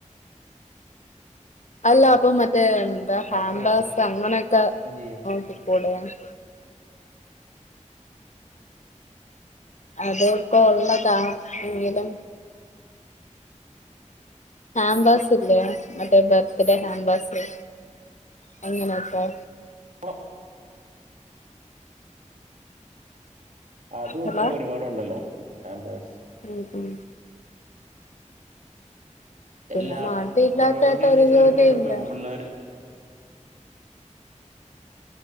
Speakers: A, on the left; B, on the right.
A: അല്ല അപ്പൊ മറ്റേ എന്താ ഹാമ്പാസ്
B: പൈസ കുറയ്ക്കുകയും
A: അങ്ങനെയൊക്കെ
B: ചെയ്യും
A: നോക്കി കൂടെയാണ് അത് ഇപ്പോ ഒള്ളതാണ് എങ്കിലും ഹാമ്പാസ് ഇല്ലേ മറ്റേ ബർത്ത് ഡേ ഹാബാസ് തങ്ങനെ ഒക്കെ
B: പോണം അതും
A: ഹലോ
B: ഇപ്പോ ഒരുപാടുണ്ടല്ലോ ഹേമ്പാ സ്
A: ഉം ഉം പിന്നെ
B: എല്ലാം
A: നാട്ടി ഇല്ലാത്ത
B: കൊറോണയ്ക്ക്
A: എത്ത <unintelligible> ത്ത ഒരു
B: ശേഷം
A: <unintelligible> <unintelligible>
B: ഒരുപാട് പെമ്പിള്ളേര്